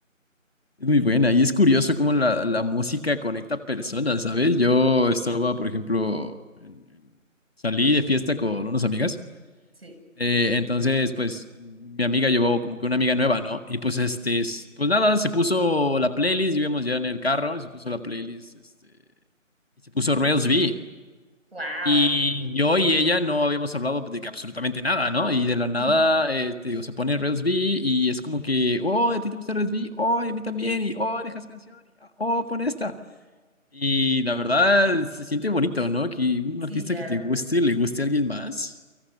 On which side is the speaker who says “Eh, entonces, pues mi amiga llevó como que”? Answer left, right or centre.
Left